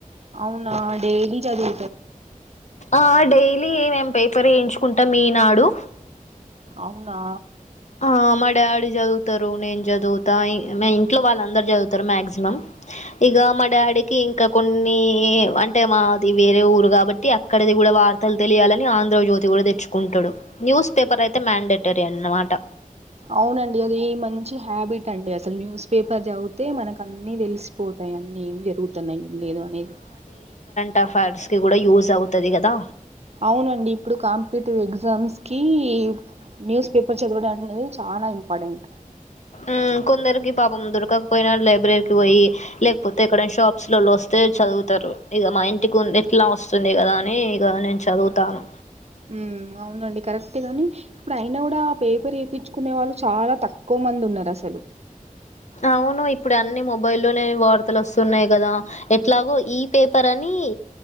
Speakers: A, on the right; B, on the left.
A: అవును డైలీ చది
B: ఆ డైలీ ఏమేం పేపర్ ఏయించుకుంటాం ఈనాడు
A: అవునా
B: ఆ మా డాడీ చదువుతారు నేను చదువుతా మ ఇంట్లో వాళ్ళందరు చదు తారు మక్సిమం ఇక మా డాడీకి ఇంకా కొన్ని అంటే మాది వేరే ఊరు కాబట్టి అక్కడది కూడా వార్తలు తెలియాలని ఆంధ్ర జ్యోతి కూడా తెచ్చుకుంటాడు న్యూస్ పేపర్ అయితే మ్యాండేట్ రీ అన్నమాట
A: అవునండి అది మంచి హ్యాబిట్ అండి అసాల్ న్యూస్ పేపర్ చదివితే మనకు అన్ని తెలిసిపో తాయన్నీ ఏం జరుగుతున్నాయి ఏం లేదు అనేది
B: టాఫర్సకి కూడా యూజ్ అవుతది కదా
A: అవునండి ఇప్పుడు కాంపిటేటివ్ ఎగ్జామ్స్ కి న్యూస్ పేపర్ చదవడం అనేది చానా ఇంపార్టెంట్
B: ఆ కొందరికి పాపం దొరకపోయినా లైబ్రరీకి పోయి లేకపోతే ఎక్కడేనా షాప్స్ లొలోస్తే చదువుతారు ఇక మా ఇంటికి ఎట్లా వస్తుంది కదా అని ఇక నేన్ చదువుతాను
A: ఉ అవునండి కరెక్ట్ గాని ఇప్పుడు అయినా కూడా ఆ పేపర్ ఏపించ్చుకునే వాళ్ళు చాలా తక్కువ మంది ఉన్నారు అసలు
B: అవును. ఇప్పుడు అన్ని మొబైల్ లోనే వార్తలు వస్తున్నాయి కదా ఎట్లాగో ఈ పేపర్ అని